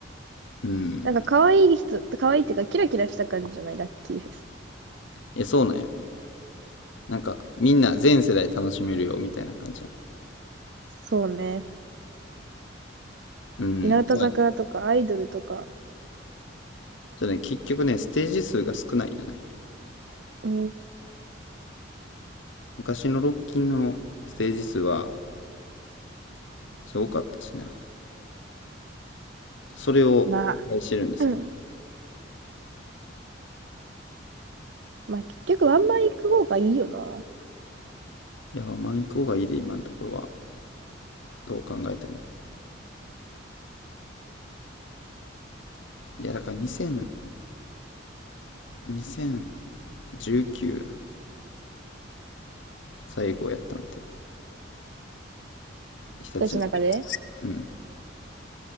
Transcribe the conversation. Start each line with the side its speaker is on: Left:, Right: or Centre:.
Left: うん。
Right: なんか可愛い人、可愛いっていうかキラキラした感じじゃない、ラッキーフェス。
Left: え、そうなんよ。なんか、みんな全世代楽しめるよ、みたいな感じや。
Right: そうね。
Left: うん。
Right: 日向坂とかアイドルとか。
Left: はいちょっとね、結局ね、ステージ数が少ないよね。
Right: うん。
Left: 昔のロッキンのステージ数はすごかったしな。それを期待してるんですけど。
Right: まあ、<clears throat> うんまあ結局ワンマン行く方がいいよな。
Left: いや、まあ行こうがいいで、今のところは。どう考えても。いや、だから2000、2019最後やったんで、日立の。
Right: たちの中で。
Left: うん。